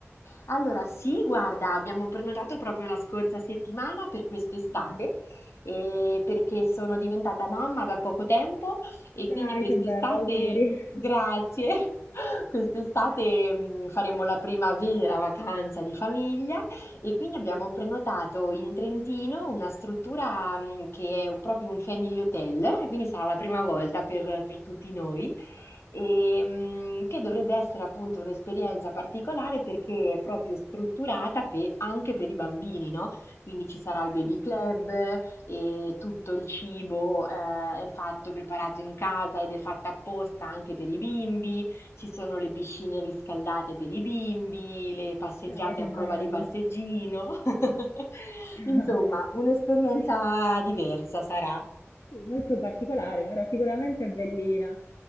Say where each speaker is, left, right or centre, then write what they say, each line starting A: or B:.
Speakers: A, on the left (about 60°); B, on the left (about 75°).
A: Allora, sì, guarda, abbiamo prenotato proprio la scorsa settimana per quest'estate,
B: Mm.
A: eh, perché sono diventata mamma da poco tempo e quindi
B: Dai,
A: quest'estate,
B: che bello, auguri. <laughs>
A: grazie, <laughs> quest'estate mh, faremo la prima vera vacanza di famiglia e quindi abbiamo prenotato in Trentino una struttura mh, che è proprio un family hotel, e quindi sarà la prima volta per
B: Mm,
A: per tutti noi. Ehm, che dovrebbe essere appunto un'esperienza particolare perché è proprio strutturata pe- anche per i bambini, no? Quindi ci sarà il baby
B: mm.
A: club e tutto il cibo eh, è fatto e preparato in casa ed è fatta apposta anche per i bimbi, ci sono le piscine riscaldate per i bimbi, le passeggiate
B: Dai, che
A: a
B: bello.
A: prova di passeggino. <laughs>
B: <laughs>
A: Insomma, un'esperienza diversa sarà.
B: Sì, molto particolare, però sicuramente è bellina,